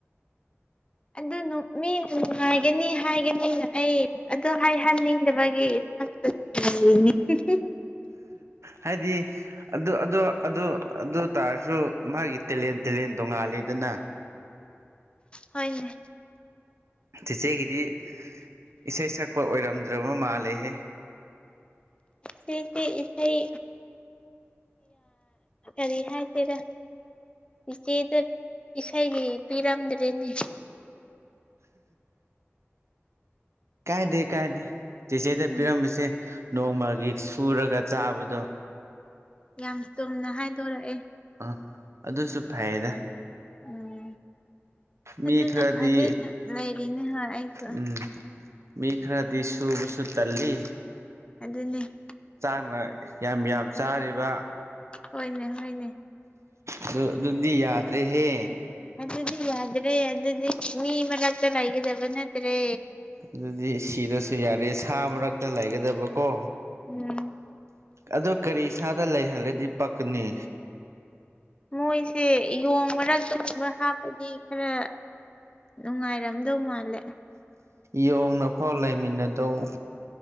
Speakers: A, on the left; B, on the right.
A: ꯑꯗꯨ ꯃꯤ ꯅꯨꯡꯉꯥꯏꯒꯅꯤ ꯍꯥꯏꯒꯅꯤꯅ ꯑꯩ ꯑꯗꯨ ꯍꯥꯏꯍꯟꯅꯤꯡꯗꯕꯒꯤ <inaudible>
B: ꯍꯥꯏꯗꯤ ꯑꯗꯨ ꯑꯗꯨ ꯑꯗꯨ ꯑꯗꯨ ꯇꯥꯔꯁꯨ ꯃꯥꯒꯤ ꯇꯦꯂꯦꯟ ꯇꯦꯂꯦꯟ ꯇꯣꯉꯥꯂꯦꯗꯅ
A: ꯍꯅꯦ
B: ꯆꯤꯆꯦꯒꯤꯗꯤ ꯏꯁꯩ ꯁꯛꯄ ꯑꯣꯏꯔꯝꯗ꯭ꯔꯕ ꯃꯥꯜꯂꯦꯍꯦ
A: ꯁꯤꯁꯤꯦ ꯏꯁꯩ ꯀꯔꯤ ꯍꯥꯏꯁꯤꯔ ꯏꯆꯦꯗ ꯏꯁꯩꯒꯤ ꯄꯤꯔꯝꯗ꯭ꯔꯦꯅꯦ
B: ꯀꯥꯏꯗꯦ ꯀꯥꯏꯗꯦ ꯆꯦꯆꯦꯗ
A: ꯎꯝ
B: ꯄꯤꯔꯝꯃꯤꯁꯦ ꯅꯣꯡꯃꯒꯤ ꯁꯨꯔꯒ ꯆꯥꯕꯗꯣ
A: ꯌꯥꯝ ꯆꯨꯅ ꯍꯥꯏꯗꯣꯔꯛꯑꯦ
B: ꯑꯥ ꯑꯗꯨꯁꯨ ꯐꯩꯌꯦꯗ
A: ꯎꯝ
B: ꯃꯤ
A: ꯑꯗꯨꯅ
B: ꯈꯔꯗꯤ
A: ꯐꯔꯦꯅ ꯂꯩꯔꯤꯅꯦ ꯍꯣꯏ ꯑꯩꯁꯨ
B: ꯎꯝ ꯃꯤ ꯈꯔꯗꯤ ꯁꯨꯕꯁꯨ ꯇꯜꯂꯤ
A: ꯑꯗꯨꯗꯟꯅꯅꯦ
B: ꯆꯥꯡꯅ ꯌꯥꯝ ꯌꯥꯝ ꯆꯥꯔꯤꯕ
A: ꯍꯣꯏꯅꯦ ꯍꯅꯦ
B: ꯑꯗꯨ ꯑꯗꯨꯗꯤ ꯌꯥꯗ꯭ꯔꯦꯍꯦ
A: ꯑꯗꯨꯗꯤ ꯌꯥꯗ꯭ꯔꯦ ꯑꯗꯨꯗꯤ ꯃꯤ ꯃꯅ ꯆ ꯂ ꯍ ꯍꯥꯏꯒꯦꯗꯕ ꯅꯠꯇ꯭ꯔꯦ
B: ꯑꯗꯨꯗꯤ ꯁꯤꯔꯁꯨ ꯌꯥꯔꯦ ꯁꯥ ꯃꯔꯛꯇ ꯂꯩꯒꯗꯕꯀꯣ
A: ꯎꯝ
B: ꯑꯗꯨ ꯀꯔꯤ ꯏꯁꯥꯗ ꯂꯩꯍꯜꯂꯗꯤ ꯄꯛꯀꯅꯤ
A: ꯃꯣꯏꯁꯦ ꯌꯦꯣꯡ ꯃꯔꯛꯇ ꯁꯕ ꯍꯥꯞꯄꯗꯤ ꯈꯔ ꯅꯨꯡꯉꯥꯏꯔꯝꯗꯧ ꯃꯥꯜꯂꯦ
B: ꯌꯣꯡꯅꯐꯥꯎ ꯂꯩꯃꯤꯟꯅꯗꯧ